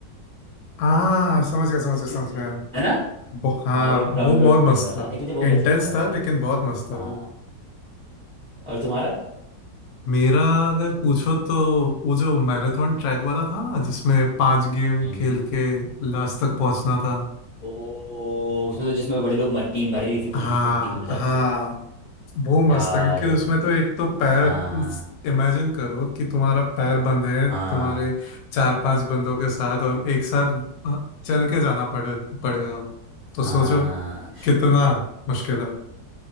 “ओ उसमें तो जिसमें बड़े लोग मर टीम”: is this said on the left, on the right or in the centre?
Left